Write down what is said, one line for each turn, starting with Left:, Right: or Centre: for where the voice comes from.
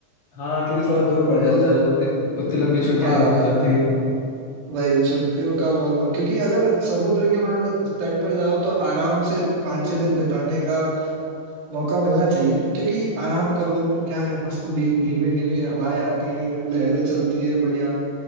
Left: हाँ क्योंकि थोड़ा दूर पड़ जाता
Right: तो
Left: है उतने उतनी लंबी छुट्टियाँ
Right: हाँ
Left: नहीं मिल पाती
Right: वही छुट्टियों का बहुत बड़ा, क्योंकि अगर समुद्र के वहां तट पर जाओ तो आराम से पाँच छह दिन बिताने का मौका मिलना चाहिए क्योंकि आराम करो क्या है मस्त भी, धीमी धीमी हवाएं आती है लहरें चलती है बढ़िया